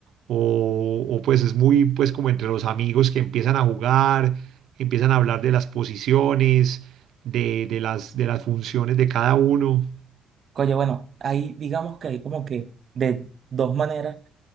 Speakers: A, on the right; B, on the right.
A: o, o pues es muy pues como entre los amigos que empiezan a jugar, empiezan a hablar de las posiciones, de, de las, de las funciones de cada uno?
B: Oye, bueno, ahí digamos que hay como que de dos maneras